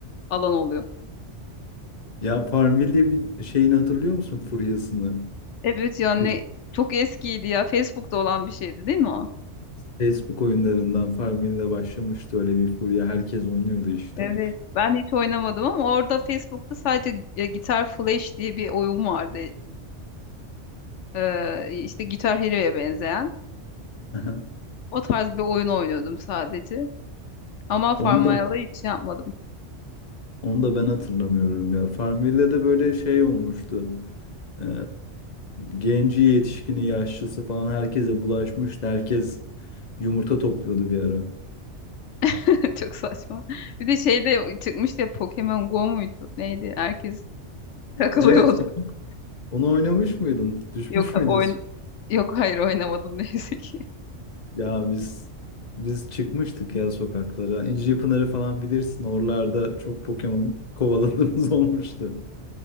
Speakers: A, on the left; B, on the left.
A: alan oluyor.
B: Ya Farmville diye bir şeyini hatırlıyor musun? Furyasını.
A: Evet
B: <laughs>
A: yani
B: İlk
A: çok eskiydi ya. Facebook'ta olan bir şeydi değil mi o?
B: Facebook oyunlarından Farmville'le başlamıştı öyle bir furya. Herkes oynuyordu işte.
A: Evet. Ben hiç oynamadım ama orada Facebook'ta sadece e, Guitar Flash diye bir oyun vardı. Ee, işte Guitar Hero'ya benzeyen.
B: <laughs>
A: O tarz bir oyun oynuyordum sadece. Ama Farmville'ı
B: Onu da
A: hiç yapmadım.
B: onu da ben hatırlamıyorum ya. Farmville'de de böyle şey olmuştu. Ee, genci, yetişkini, yaşlısı falan herkese bulaşmıştı. Herkes yumurta topluyordu bir ara.
A: <laughs> Çok saçma. Bir de şey de çıkmıştı ya Pokemon Go muydu? Neydi? Herkes takılıyordu.
B: Evet, o-
A: <laughs>
B: onu oynamış mıydın? Düşmüş
A: Yok
B: müydün?
A: oyn
B: so-
A: Yok hayır oynamadım <laughs> neyse ki.
B: Ya biz biz çıkmıştık ya sokaklara. İncipınarı falan bilirsin. Oralarda çok Pokemon kovaladığımız <laughs> olmuştu.